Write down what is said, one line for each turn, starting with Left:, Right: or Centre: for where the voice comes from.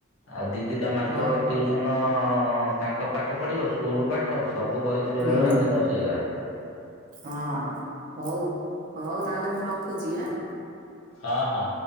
Left: ଆଉ ଦିଦିଟା ମାଷ୍ଟରଙ୍କ
Right: ହ
Left: ଟିଉସନ ତାଙ୍କ ପାଠ ପଢ଼ିବ, ସ୍କୁଲ ପାଠ ସବୁ କରିକି ଶୋଇଲା
Right: ହୁଁ
Left: ବେଳକୁ ରାତି ଦଶ ଏଗାର।
Right: ହଁ ହଉ ହଉ ତାହେଲେ ମୁଁ ରଖୁଛି ଆଁ।
Left: ହଁ ହଁ